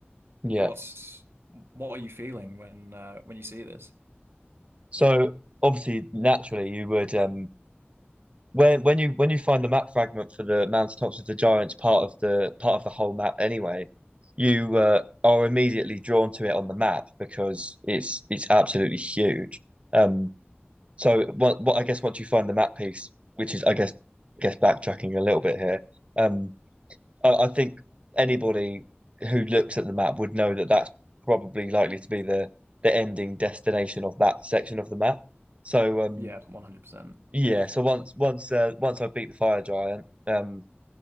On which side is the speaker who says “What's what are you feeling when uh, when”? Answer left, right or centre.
Right